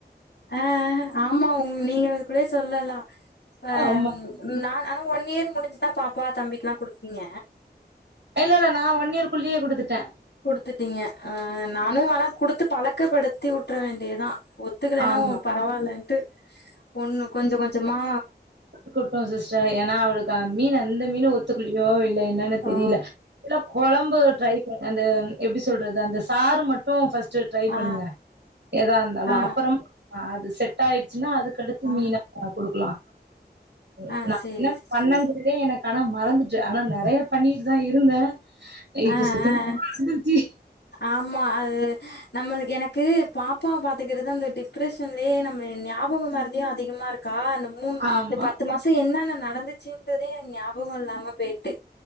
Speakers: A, on the left (about 75°); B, on the right (about 85°).
A: ஆ ஆமா ஒங் நீங்க கூட சொல்லலா ஆ
B: ஆமா.
A: நானு ஆனா ஒன் இயர் முடிஞ்சுதா பாப்பா தம்பிக்கலா குடுத்தீங்க
B: இல்ல இல்ல நா ஒன் இயர் குள்ளயே குடுத்துட்டே
A: குடுத்துட்டீங்க ஆ நானு வேணா குடுத்து பழக்கப்படுத்தி வுட்டுற வேண்டியதா ஒத்துக்கலன்னா
B: ஆமா.
A: பரவாலன்ட்டு ஒண்ணு கொஞ்ச கொஞ்சமா
B: க்குட்டு சிஸ்டர் ஏன்னா அவளுக்கு மீனு அந்த மீனு ஒத்துகலயோ இல்ல என்ன ன்னு தெரில
A: ஓ
B: இல்லா கொழம்பு ட்ரை அந்த எப்டி சொல்றது அந்த சாறு மட்டு ஃபர்ஸ்ட் ட்ரை
A: ஆ
B: பண்ணுங்க எதா இந்தாலு
A: ஆ
B: அப்றம் ஆ அது செட் ஆயடுச்சின்னா அதுக் கடுத்து
A: ஆ
B: மீனக் குடுக்கலா ம்
A: ஆ
B: நா
A: சேரி
B: என்ன
A: சிஸ்டர்
B: பண்ணங்கிறதே எனக் ஆனா மறந்துட்டு ஆனா நெறைய பண்ணிட்டு தா இருந்தே இப்ப
A: ஆ
B: சுத்தமா
A: ஆ ஆ
B: மறந்துருச்சி
A: ஆமா அது நம்மளுக்கு எனக்கு பாப்பாவ பாத்துக்கறது அந்த டிப்ரஷன்லே நம்ம ஞா பக மறதியு அதிகமா இருக்கா அந்த மூணு
B: ஆமா.
A: இந்த பத் து மாசோ என்னென்ன நடந்துச்சுன்றதே எனக்கு ஞாபக இல்லாம போயி ட்டு